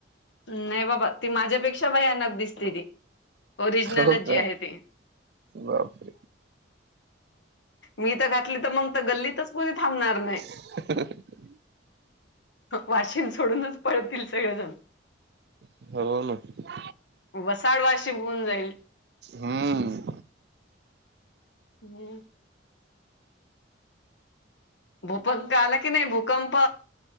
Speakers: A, on the left (about 70°); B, on the right (about 55°).
A: नाही बाबा ते माझ्यापेक्षा भयानक दिसते ते. ओरिजनलच
B: हो का
A: जे आहे ते.
B: बापरे
A: मी तर घातली तर मग तर गल्लीतच कूणी थांबणार नाही.
B: <inaudible>
A: वाशीन सोडूनच पळतील सगळेजण.
B: <unintelligible>
A: वसाड वाशीन होऊन जाईल.
B: हम्म.
A: हम्म. भूपंप आला की नाही भूकंप.